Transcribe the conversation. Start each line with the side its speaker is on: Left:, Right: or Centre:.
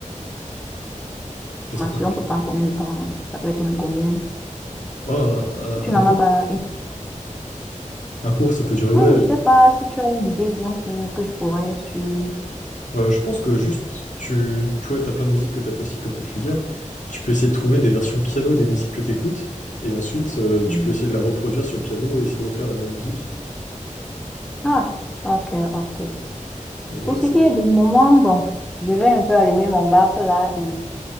Left: J'espère
Centre: formation
Left: que...
Centre: peut prendre combien de temps? Ça peut être même combien?
Left: Oh, un, un-
Centre: Tu n'en
Left: un cours?
Centre: as pas une.
Left: Un cours, ça peut durer, ouais.
Centre: Oui, je sais pas si tu as une idée d'un cours que je pourrais suivre.
Left: Euh, je pense que juste, tu, tu vois, t'as plein de musiques que t'apprécies, comme t'as pu le dire. Tu peux essayer de trouver des versions piano des musiques que t'écoutes, et ensuite, euh,
Centre: Mm.
Left: tu peux essayer de la reproduire sur le piano et essayer de refaire la même musique.
Centre: Ah, ok, ok.
Left: Donc voilà,
Centre: Pour ce
Left: c'est...
Centre: qui est du moment, bon, je vais un peu allumer mon baffe là et